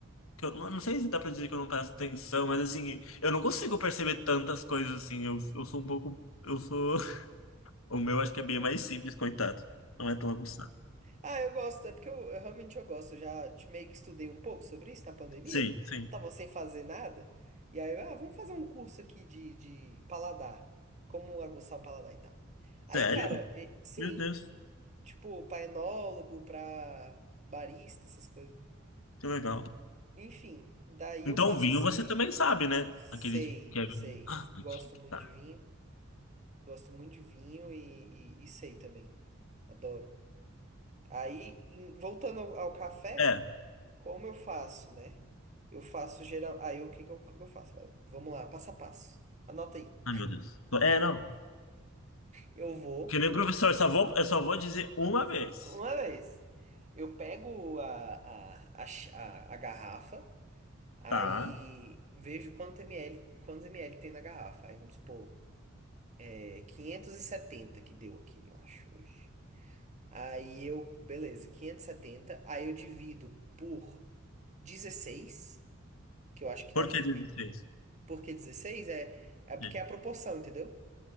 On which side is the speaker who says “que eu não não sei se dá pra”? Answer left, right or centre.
Left